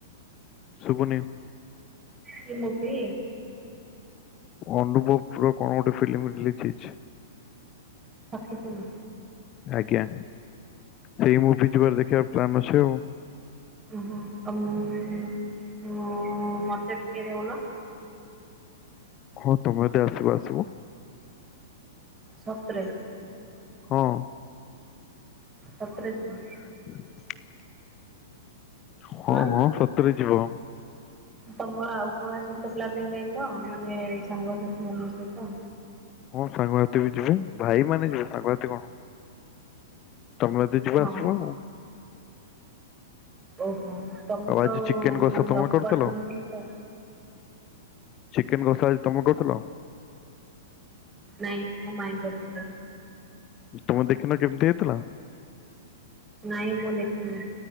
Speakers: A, on the left; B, on the right.
A: ସୁବୁନି <inaudible>
B: କି ମୁଁ ମୁଭି
A: ଅନୁଭବ ପୁର କଣ ଗୋଟେ ଫିଲ୍ମ ରିଲିଜ ହେଇଛି। <inaudible>
B: ଛକି ଶୂନ
A: ଆଜ୍ଞା ସେଇ ମୁଭି ଯିବାର ଦେଖିବାକୁ ପ୍ଲାନ ଅଛି ଆଉ
B: ଓହୋ ତମେ ମେ ଏଁ ଏଁ ମଁ ମଁ ମତେ ଟିକେ କେ ଯାଉନ
A: ହଁ ତମେ ଯଦି ଆସିବ ଆସିବ।
B: ସତରେ
A: ହଁ ।
B: ସତରେ ଯିବି
A: <inaudible> ହଁ
B: ଆଁ?
A: ହଁ ସତ ରେ ଯି <inaudible>
B: ତମର ଆଉ କୁହା ସହିତ ପ୍ଲାନିଂ ନାହିଁ ତ ମାନେ ସାଙ୍ଗସାଥି ମାନଙ୍କ ସହିତ
A: ହଁ ସାଙ୍ଗସାଥୀ ବି ଯିବେ ଭାଇ ମାନ ଯିବେ ସାଙ୍ଗସାଥି କଣ? ତମେ ଯଦି ଯିବ
B: ହଁ।
A: ଆସିବା ଆଉ
B: ଓହୋ ତମକୁ
A: ଆଜି
B: ଆଉ
A: ଚିକେନ କଷା
B: ମାନେ
A: ତମେ
B: ଅଫ
A: କରିଥିଲ
B: କରିଥିଲେ ତ
A: ଚିକେନ ଘୋଷା ଆଜି ତମେ କରୁଥିଲ।
B: ନାଇଁ ମୋ ମାଇଁ କରଥିଲେ।
A: ତମେ ଦେଖିନ କେମିତି ହେଇଥିଲା।
B: ନାଇଁ ମୁଁ ଦେଖିନି